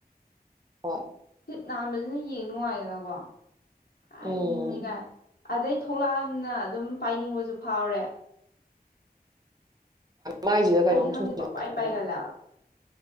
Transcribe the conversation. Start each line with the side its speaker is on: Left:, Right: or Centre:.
Right: ꯍꯣꯏ
Left: ꯁꯤꯠ ꯅꯥꯟꯕꯁꯤꯅ ꯌꯦꯡ ꯅꯨꯡꯉꯥꯏꯗꯅꯀꯣ ꯀꯥꯏ
Right: ꯎꯝ
Left: ꯎꯔꯤꯡꯅꯤ ꯀꯥꯏ ꯑꯗꯩ ꯊꯣꯛꯂꯛꯑꯕꯅꯤꯅ ꯑꯗꯨꯝ ꯄꯥꯏꯅꯤꯡꯕꯁꯨ ꯐꯥꯎꯔꯦ
Right: ꯃꯥꯏꯁꯤꯒ ꯀꯩꯅꯣꯝ
Left: ꯑꯩꯗꯤ ꯈꯪꯗꯦ
Right: ꯊꯨꯡꯖꯜꯕꯅꯤꯅ
Left: ꯄꯪꯄꯥꯏ ꯄꯥꯏꯒꯜꯂꯦꯕ
Right: <unintelligible>